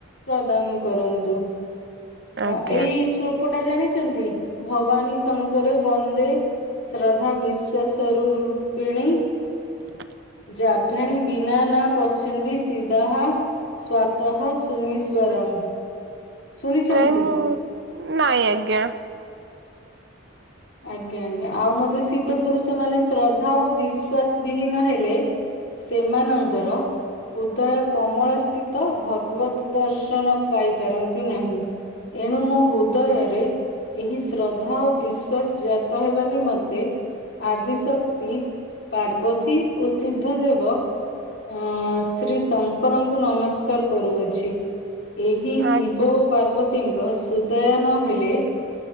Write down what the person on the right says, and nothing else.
ଆଜ୍ଞା
<unintelligible>
<inaudible> ନାଇଁ ଆଜ୍ଞା।
ଆଜ୍ଞା